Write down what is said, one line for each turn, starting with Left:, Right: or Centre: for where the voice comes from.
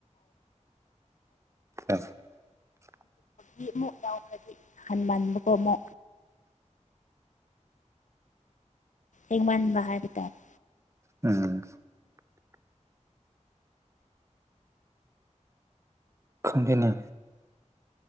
Right: ꯑ
Left: ꯃꯤꯃ ꯌꯥꯎꯈꯕꯤ ꯍꯟ ꯃꯥꯟ ꯃ ꯀꯃ ꯑꯦ ꯃꯥ ꯍꯔꯒꯇꯥꯔ
Right: ꯎꯝ ꯈꯪꯗꯦꯅ